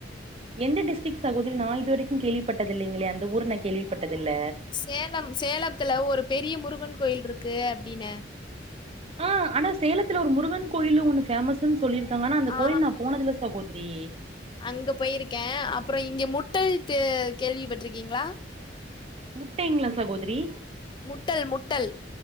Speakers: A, on the right; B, on the left.
A: எந்த டிஸ்ட்ரிக் சகோதரி நா இதுவரைக்கு கேள்விபட்டது இல்லைங்களே அந்த ஊரு நா கேள்விப்பட்டதில்ல
B: சேலம் சேலத்துல ஒரு பெரிய முருகன் கோயில் ருக்கு அப்டினு
A: ஆ ஆனா சேலத்துல ஒரு முருகன் கோயிலு ஒண்ணு பேமஸ் ஸுன் சொல்லிருக்காங்க ஆனா அந்த
B: ஆ
A: கோயில் நா போனதுல்ல சகோதரி
B: அங்க போயிருக்கே அப்பறம் இங்க முட்டல்து கேள்விப்பட்ருக்கீங்களா
A: முட்டைங்களா சகோதரி
B: முட்டல் முட்டல்